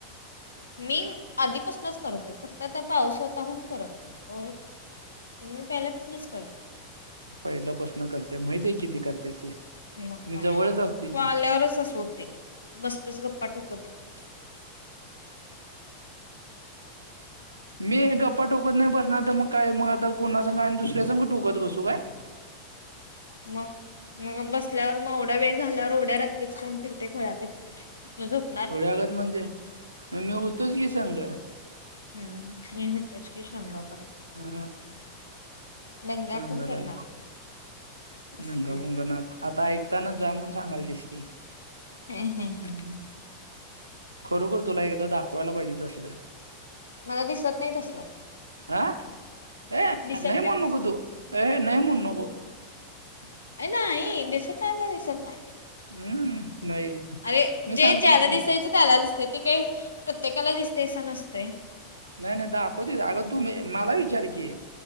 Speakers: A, on the left (about 75°); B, on the right (about 80°).
A: मी आधीपासूंनच करतो आहे फक्तं आंता पाऊस होतां म्हणूंन करतं नाहीं आणि मी पहिल्यापासून चं करतो
B: पहिल्यांपासन करतें माहितय किती करतेस ते
A: मंग
B: मी
A: कांय
B: जवळच असते
A: तुं
B: की
A: आल्यावरच असं होते बस्तंच गप्पां ठोकत येतो
B: मी गप्पां टोकत नाहीं बसणारं तरं मंग कायं मंग आंता कोणां संघ आणि दुसऱ्यां संघ ठोकत बसूं कायं.
A: मंग मंग बसल्यांवर मंग एवढां वेळं झाल्यांवर एवढ्यां रात्रीच कोणं फिरते खोळ्यांकत अजूंन
B: खोड्यागत म्हणजे मं मी होतोच की संग
A: हम्मं हम्मं मनं उच्च शेष शेखावत
B: हां
A: दंगा
B: सांगल
A: कोण करणार अस
B: नंगा
A: की
B: कुंगनाथ आंता ऐक त्यांला जामूंन सांगालते दिसते
A: हम्मं हम्मं हं
B: खरोखर तुंला एकदाचं दाखवांयला पाहिजे तसलं.
A: मलां दिसतं नाहीं तसलं
B: हा ए
A: दिसतं
B: नाही म्हणू
A: नाहीं कसं
B: नको तू ए नाही म्हणू नको.
A: <unintelligible>
B: हम्म नाही
A: अरे
B: मी
A: जे
B: सांगतो
A: ज्याला
B: की
A: दिसायच त्याला दिसते. ते काही प्रत्येकाला दिसते अस नसत.
B: नाही नाही दाखवते. अग तू मी मला विचार की.